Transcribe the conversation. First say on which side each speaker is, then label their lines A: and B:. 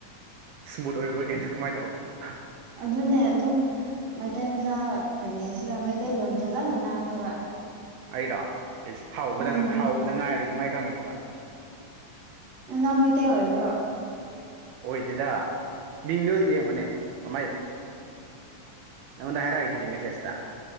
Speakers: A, on the right (about 80°); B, on the right (about 60°).
A: ꯁ꯭ꯃꯨꯠ ꯑꯣꯏꯕ꯭ꯔꯣ ꯀꯩꯅꯣ ꯀꯃꯥꯏ ꯇꯧꯕꯅꯣ
B: ꯑꯗꯨꯅꯦ ꯑꯗꯨꯝ ꯃꯩꯇꯩ ꯃꯆꯥ ꯀꯔꯤ ꯍꯥꯏꯁꯤꯔꯥ ꯃꯩꯇꯩꯂꯣꯟ ꯐꯖꯅ ꯉꯥꯡꯉꯦꯕ
A: ꯑꯩꯔꯣ ꯏꯁ ꯍꯧꯕꯗ
B: ꯎꯝ
A: ꯉꯥ ꯍꯧꯕꯗ ꯉꯥꯏꯔꯤ ꯀꯃꯥꯏ ꯈꯪꯉꯤꯕ
B: ꯅ ꯅ ꯃꯩꯇꯩ ꯑꯣꯏꯕ꯭ꯔꯣ
A: ꯑꯣꯏꯗꯦꯗ ꯃꯤꯡꯗꯣ ꯌꯦꯡꯉ‌ꯣꯅ‌ꯦ ꯑꯃꯩ ꯅꯉ‌ꯣꯟꯗ ꯍꯥꯏꯔꯛꯏꯗꯨ ꯗꯤ ꯃꯦꯁꯦꯁ ꯇ